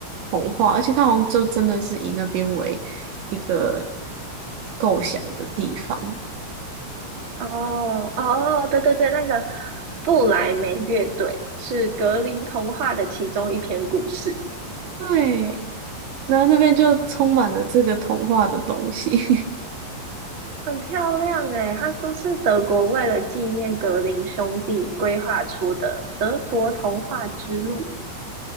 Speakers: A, on the right; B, on the right.
A: 童话，而且它好像就真的是以那边为一个构想的地方。
B: 哦哦，对对对，那个布莱梅乐队是格林童话的其中一篇故事，
A: 对，然后那边就充满了这个童话的东西，
B: 很漂亮诶。他说是德国为了纪念格林兄弟规划出的德国童话之路。